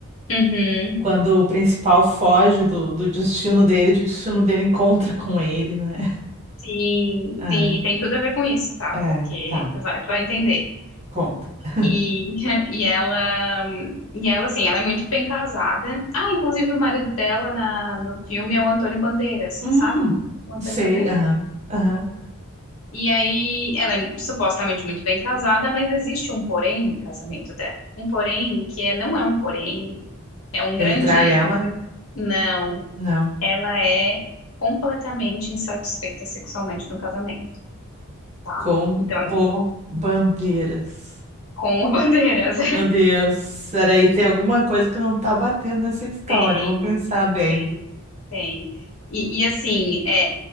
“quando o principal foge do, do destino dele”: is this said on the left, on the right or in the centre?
Right